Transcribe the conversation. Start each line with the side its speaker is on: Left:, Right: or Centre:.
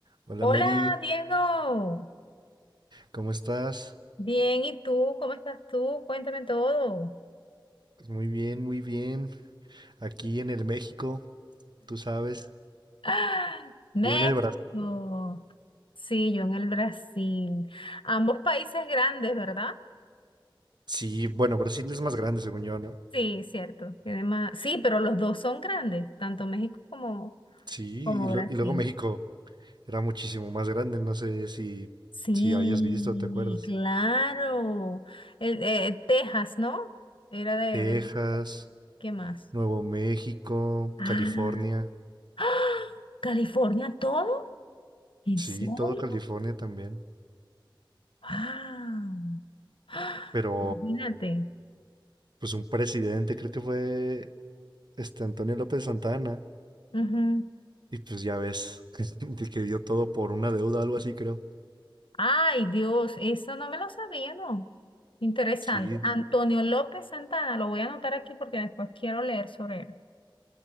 Right: Hola
Left: Hola,
Right: Mary,
Left: Diego.
Right: ¿cómo estás?
Left: Bien, ¿y tú? ¿Cómo estás tú? Cuéntame todo.
Right: Pues muy bien, muy bien. Aquí en el México, tú sabes.
Left: ¡Ah! México.
Right: Yo en el Brasil. ¿no?
Left: Sí, yo en el Brasil. Ambos países grandes, ¿verdad?
Right: Sí, bueno, Brasil es más grande, según yo, ¿no?
Left: Sí, cierto. Tiene más- Sí, pero los dos son grandes, tanto México como,
Right: Sí,
Left: como
Right: y, lo-
Left: Brasil.
Right: y luego México era muchísimo más grande, no sé si,
Left: Sí,
Right: si hayas visto, ¿te acuerdas?
Left: claro. El, eh, Texas, ¿no? Era de,
Right: Texas,
Left: de... ¿Qué más?
Right: Nuevo México,
Left: Ah,
Right: California.
Left: ¡Ah! ¿California todo? ¿En
Right: Sí,
Left: serio?
Right: todo California también.
Left: Ah, ¡ah!
Right: Pero,
Left: imagínate.
Right: pues un presidente, creo que fue este Antonio López Santana,
Left: Ujú.
Right: Y pues ya ves, <laughs> de que dio todo por una deuda, algo así, creo.
Left: Ay, Dios, eso no me lo sabía, ¿no? Interesante.
Right: Sí,
Left: Antonio López Santana, lo voy a anotar aquí porque después quiero leer sobre él.